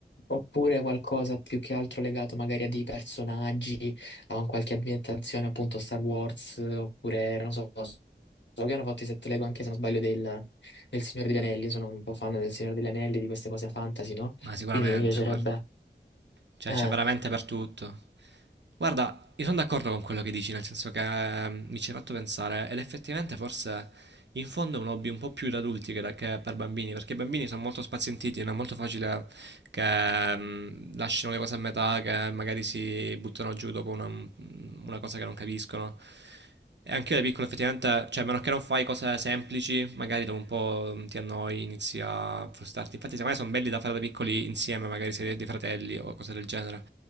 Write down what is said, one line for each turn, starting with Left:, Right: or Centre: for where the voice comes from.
Left: oppure qualcosa più che altro legato magari a dei personaggi, a un qualche ambientazione, appunto Star Wars, oppure non so, so che hanno fatto i set Lego anche se non sbaglio del, del Signore degli Anelli, sono un po' fan del Signore degli Anelli, di queste cose fantasy, no?
Right: Ma sicuramente,
Left: Quindi mi piacerebbe
Right: guarda. Cioè,
Left: eh,
Right: c'è veramente per tutto. Guarda, io sono d'accordo con quello che dici, nel senso che eh, mi ci hai fatto pensare, ed effettivamente forse in fondo è un hobby un po' più da adulti che, da- che per bambini, perché i bambini sono molto spazientiti, non è molto facile che ehm, lasciano le cose a metà, che magari si buttano giù dopo una, una cosa che non capiscono. E anche io da piccolo effettivamente, cioè a meno che non fai cose semplici, magari dopo un po' mm, ti annoi, inizi a frustrarti. Infatti secondo me sono belli da fare da piccoli insieme, magari se dei fratelli o cose del genere,